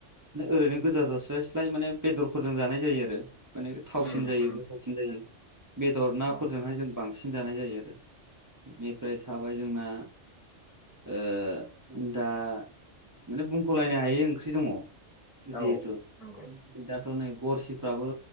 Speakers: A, on the right; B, on the left.
A: ओरैनो गोजा जास्लाय स्लाय माने बेदरफोरजों जानाय जायो आरो माने थावसिन
B: उम
A: जायो
B: उम
A: गोथावसिन जायो बेदर नाफोरजोंहाय
B: औ
A: जों बांसिन सिन जानाय जायो आरो बेनिफ्राय थाबाय जोंना ओ दा माने बुंख'लायनो हायो ओंख्रि दङ जिहेथु
B: औ नंगौ
A: दाथ' नै गरसिफ्राबो